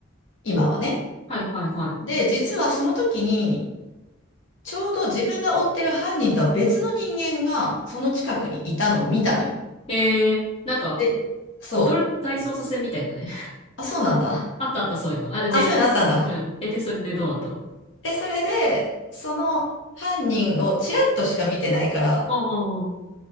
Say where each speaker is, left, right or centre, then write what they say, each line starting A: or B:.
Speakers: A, on the left; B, on the left.
A: 今はね。
B: はいはいはい。
A: で、実はその時に、ちょうど自分が追ってる犯人とは別の人間がその近くにいたのを見たのよ。
B: へえ、なんか、
A: で、そう。
B: 踊る体操させみたいだね。
A: あ、そうなんだ。
B: <laughs> あったあったそういうの。あ、
A: あ、
B: で、
A: そういうのあったんだ。
B: つうん。え、で、それでどうなったの
A: で、それで、その犯人をちらっとしか見てないから、
B: ああ、ああ、うん